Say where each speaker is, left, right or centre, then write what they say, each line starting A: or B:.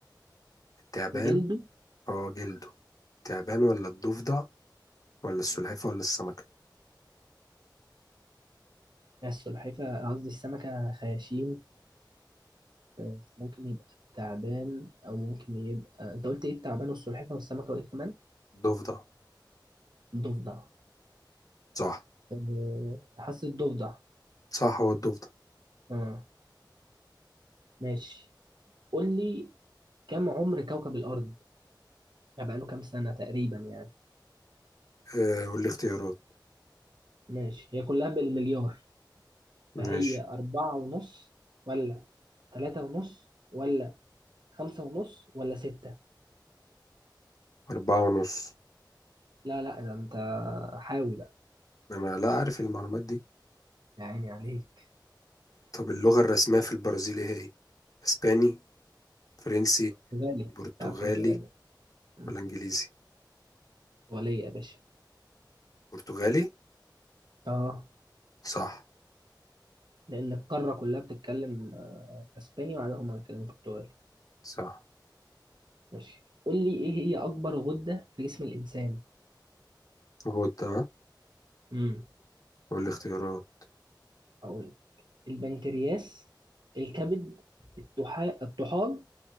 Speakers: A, on the left; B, on the right.
A: التعبان
B: جلده
A: اه جلده التعبان ولا الضفدع ولا السلحفاة ولا السمكة
B: السلحفاة قصدي السمكة خياشيم آه، ممكن يبقى تعبان أو ممكن يبقى أنت قلت إيه التعبان والسلحفاة والسمكة وإيه كمان؟
A: الضفدع
B: ضفدع
A: صح
B: أه، حاسس ضفدع
A: صح هو الضفدع
B: اه ماشي قول لي كم عمر كوكب الأرض يعني بقاله كام سنة تقريبا يعني
A: آه قول لي اختيارات
B: ماشي هي كلها بالمليار
A: ماشي
B: فهي أربعة ونص ولا ثلاثة ونص ولا خمسة ونص ولا ستة
A: أربعة ونص
B: لا لا ده أنت حاول بقى
A: أنا لا أعرف المعلومات دي
B: يا عيني عليك
A: طب اللغة الرسمية في البرازيل إيه هي؟ اسباني فرنسي
B: برتغالي
A: برتغالي
B: لا برتغالي مم،
A: ولا انجليزي
B: برتغالية يا باشا
A: برتغالي
B: اه
A: صح
B: لأن القارة كلها بتتكلم آه، أسباني وعلى هم بيتكلموا برتغالي
A: صح
B: ماشي قول لي إيه هي أكبر غدة في جسم الإنسان
A: غدة ها
B: امم
A: والاختيارات
B: أقول البنكرياس الكبد الطحا- الطحال